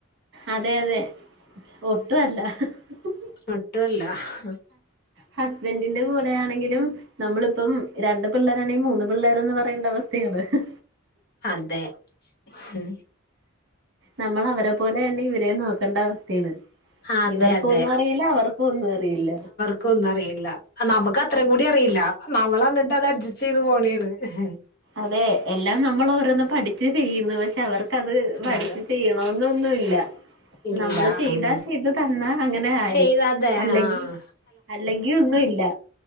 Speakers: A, on the right (about 55°); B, on the left (about 50°).
A: അതെ അതെ ഒട്ടുവല്ല ഹ് ഹ് ഹ്
B: ഒട്ടുവല്ല ഹ്
A: ഹസ്ബന്റിന്റെ കൂടെ ആണെങ്കിലും നമ്മളിപ്പം രണ്ട് പിള്ളേരാണെങ്കി മൂന്ന് പിള്ളേർന്ന് പറയേണ്ട അവസ്ഥയാണ് ഇഹ്
B: അതെ മുഹ്
A: നമ്മൾ അവരെ പോലെ തന്നെ ഇവരേം നോക്കേണ്ട അവസ്ഥയാണ്
B: അതെ
A: ഇവർക്കൊന്നും
B: അതെ
A: അറിയില്ല അവർക്കോന്നും അറിയില്ല
B: ക്കൊന്നും അറിയില്ല നമുക്ക് അത്രയും കൂടി അറിയില്ല നമ്മൾ എന്നിട്ട് അത് അഡ്ജസ്റ്റ് ചെയ്ത് പോണെയാണ് ഇഹ്
A: അതെ എല്ലാം നമ്മൾ ഓരോന്ന് പഠിച്ച് ചെയ്യുന്നു പക്ഷെ അവർക്കത് പഠിച്ച്
B: അതെ
A: ചെയ്യ അന്നൊന്നുവില്ല
B: ഇല്ല
A: നമ്മള് ചെയ്താ
B: ഉം
A: ചെയ്ത് തന്നാ അങ്ങനെ ആയി
B: ചെയ്ത അതെ
A: അല്ലെങ്കി
B: ആഹ്
A: അല്ലെങ്കി ഒന്നു ഇല്ല